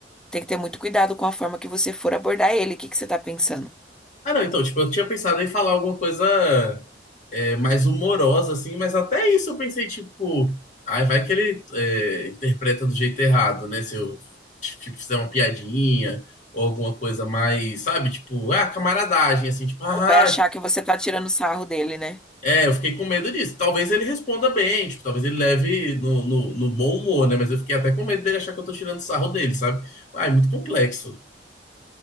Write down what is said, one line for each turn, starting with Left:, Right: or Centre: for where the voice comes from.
Centre: Tem que ter muito cuidado com a forma que você for abordar ele. O que que você tá pensando?
Left: ah, não, então, tipo, eu tinha pensado em falar alguma coisa. é, mais humorosa, assim, mas até isso eu pensei, tipo, ai, vai que ele é, interpreta do jeito errado, né? Se eu tipo, fizer uma piadinha ou alguma coisa mais, sabe? Tipo, ah, camaradagem, assim, tipo, ah,
Centre: Ou vai achar
Left: ah", tipo,
Centre: que você tá tirando sarro dele, né?
Left: é, eu fiquei com medo disso. Talvez ele responda bem, tipo, talvez ele leve no, no, no bom humor, né? Mas eu fiquei até com medo dele achar que eu tô tirando sarro dele, sabe? Ah, é muito complexo,